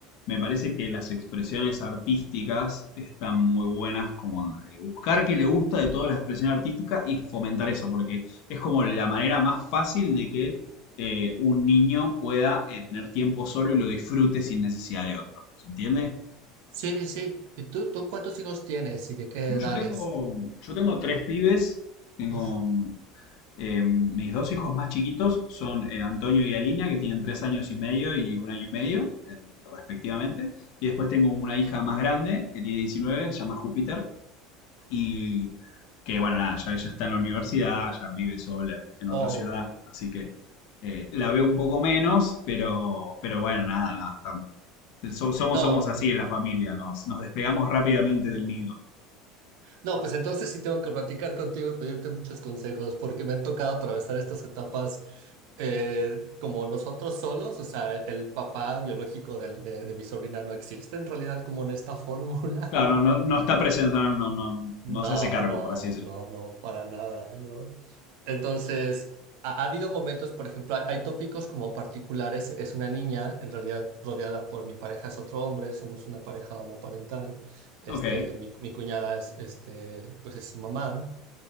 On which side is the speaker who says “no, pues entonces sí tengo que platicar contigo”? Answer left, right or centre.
Right